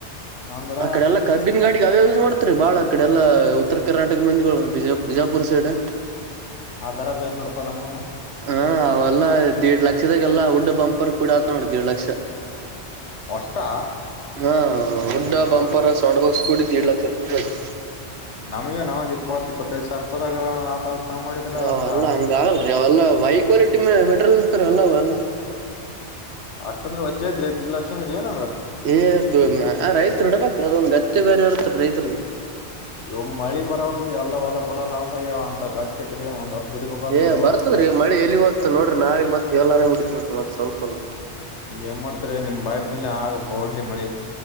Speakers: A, on the left; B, on the right.
A: ಅಂದ್ರ
B: ಆ ಕಡೆ ಎಲ್ಲಾ ಕಬ್ಬಿನ ಗಾಡಿಗೆ ಅವೇ ಯೂಸ್ ಮಾಡ ಹತ್ರಿ ಬಾಳ ಆ ಕಡೆ ಎಲ್ಲಾ ಉತ್ತರ ಕರ್ನಾಟಕ ಮಂದಿಗಳು ಬಿಜಾ ಬಿಜಾಪುರ್ ಸೈಡ್
A: ಆತರ <unintelligible>
B: ಹಾ ಅವೆಲ್ಲ ದೇಡ್ ಲಕ್ಷದಾಗೆಲ್ಲ ಉುಡ್ ಬಂಪರ್ ಕೂಡ ಆತ ನೋಡ್ರ ದೇಡ್ ಲಕ್ಷ
A: ಅಷ್ಟಾ
B: ಹಾ ದೊಡ್ಡ ಬಂಪರ್ ಸೌಂಡ್ ಬಾಕ್ಸ್ ಕೂಡಿ ದೀಡ್ ಲಕ್ಷ ರೂಪಾಯಿ ಬು
A: ನಮ್ಗೆ ನಾವ ಒಂದ್ ಇಪ್ಪತ್ ಇಪ್ಪತ್ತೈದು ಸಾವಿ ರೂಪಾಯಿದಾಗ ತಾ ಮಾಡಿದ್ರ
B: ಅವಲ್ಲ
A: ಅಷ್ಟ
B: ಹಂಗ ಆಲ್ರಿ ಅವೆಲ್ಲ ವೈಕ್ ಕ್ವಾಲಿಟಿ ಮ ಮೆಟೀರಿಯಲ್ ಇರ್ತಾರ ಅಲ್ಲ ಅಲ್ಲ
A: ಅಷ್ಟ ಅಂದ್ರೆ ವಜ್ಾಯತ್ರಿ ದಡ್ ಲಕ್ಷ ಅಂದ್ರ ಏನ
B: ಏ ಆ ರೈತರು ಇಡಬೇಕು ಅದೊ ಒಂದು ಗತ್ತೆ ಬೇರೆ ಇರ್ತ ರೈತ್ರರದ
A: ಇವ್ ಮಳಿ ಬರ ಒಂದ್ ಎಲ್ಲ ಹೊಲ ಪಲ ಲಾಸ್ಯ್ಯ ಆಗ್ಯಾವ ಅಂತ ಗತ್ತಿಟ್ರಿ ಏ ಒಂದ್ ವರ್ಷ ದುಡಿಬೇಕಾತ್
B: ಏ
A: ನಾವ್ ಗೌಡ್ರ
B: ಬರ್ತದ್ರೀ
A: ಮನ್ಯಾಗ
B: ಮಳಿ ಎಲ್ಲಿಗ್ ಹೋ್ತ್ ನೋಡ್ರಿ ನಾಳಗ್ ಮತ್ ಎಳ್ರಂಗ ಹಡತಿ ನಡ್ರಿ ಮತ್ ಸ್ವಲ್ಪಲ್ಲ
A: ಏನ್ ಮಾಡ್ತರಿ ನಿಮ್ ಬಾಯಿ ಪಲ್ಯಾ ಹೊಡ್ಲಿ ಮಳಿ